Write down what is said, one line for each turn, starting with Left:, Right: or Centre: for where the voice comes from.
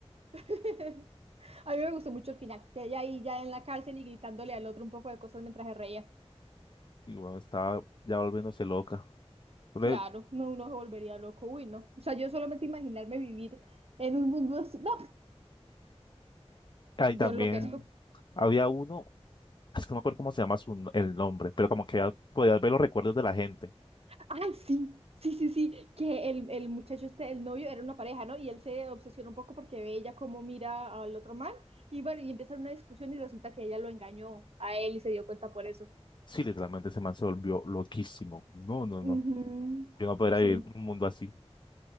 Right: <laughs> A mí me gustó mucho el final, que ella ahí ya en la cárcel y gritándole al otro un poco de cosas mientras se reía.
Left: Y bueno, estaba ya volviéndose loca. Pero,
Right: Claro, no, uno se volvería loco, uy, no. O sea, yo solamente imaginarme vivir en un mundo así, no,
Left: ahí
Right: yo
Left: también
Right: enloquezco.
Left: había uno, es que no me acuerdo cómo se llama su, el nombre, pero como que ya podías ver los recuerdos de la gente.
Right: Ay, sí, sí, sí, sí, que el, el muchacho este, el novio, era una pareja, ¿no? Y él se obsesiona un poco porque ve ella cómo mira al otro man y, bueno, y empiezan una discusión y resulta que ella lo engañó a él y se dio cuenta por eso.
Left: Sí, literalmente ese man se volvió loquísimo. No, no,
Right: Ujú,
Left: no. Yo no podría
Right: Sí,
Left: vivir un mundo así. <laughs>